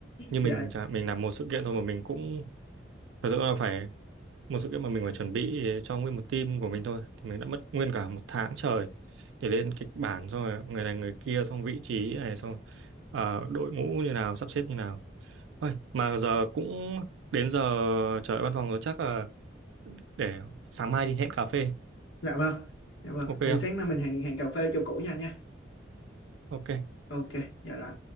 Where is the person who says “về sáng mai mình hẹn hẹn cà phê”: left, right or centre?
Left